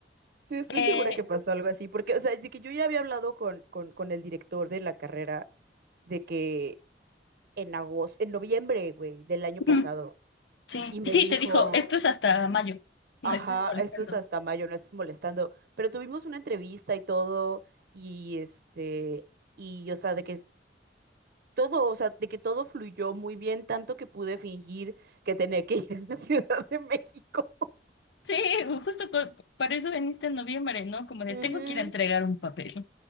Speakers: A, on the right; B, on the left.
A: sí, estoy
B: Eh,
A: segura que pasó algo así, porque, o sea, de que yo ya había hablado con, con, con el director de la carrera de que en agosto, en noviembre, güey, del año
B: ujú,
A: pasado.
B: sí,
A: Y me
B: Y sí,
A: dijo,
B: te dijo, esto es hasta mayo.
A: ajá,
B: No estés molestando.
A: esto es hasta mayo, no estés molestando. Pero tuvimos una entrevista y todo, y este, y o sea, de que todo, o sea, de que todo fluyó muy bien, tanto que pude fingir que tenía que <laughs> ir a la <laughs> Ciudad de México.
B: Sí, justo co- para eso viniste en noviembre, ¿no? Como de
A: Ujú.
B: tengo que ir a entregar un papel.